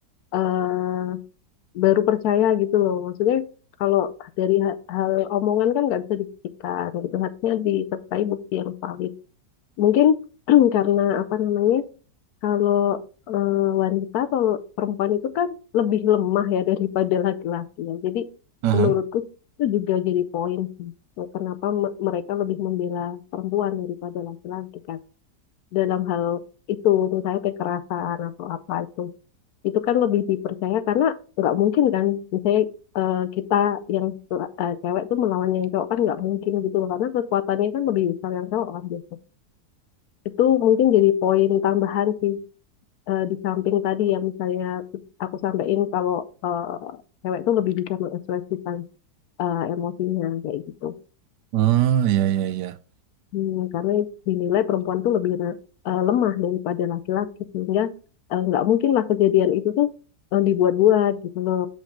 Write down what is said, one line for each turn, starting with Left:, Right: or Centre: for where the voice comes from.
Left: eh, baru percaya gitu loh. Maksudnya kalau dari ha- hal, omongan kan nggak bisa dibuktikan gitu. Harusnya disertai bukti yang valid. Mungkin <clears throat> karena apa namanya kalau eh, wanita atau perempuan itu kan lebih lemah ya daripada laki-laki ya. Jadi
Right: Aha.
Left: menurutku itu juga jadi poin sih. eh, Kenapa me- mereka lebih membela perempuan daripada laki-laki kan dalam hal itu misalnya kekerasan atau apa itu itu kan lebih dipercaya karena nggak mungkin kan misalnya eh, kita yang eh, cewek tuh melawan yang cowok kan nggak mungkin gitu loh karena kekuatannya kan lebih besar yang cowok kan biasanya itu mungkin jadi poin tambahan sih eh, di samping tadi ya misalnya aku sampein kalau eh, cewek tuh lebih bisa mengekspresikan eh, emosinya kayak gitu
Right: Oh iya iya iya.
Left: Hmm, karena dinilai perempuan tuh lebih re- eh, lemah daripada laki-laki sehingga eh, nggak mungkin lah kejadian itu tuh eh, dibuat-buat gitu loh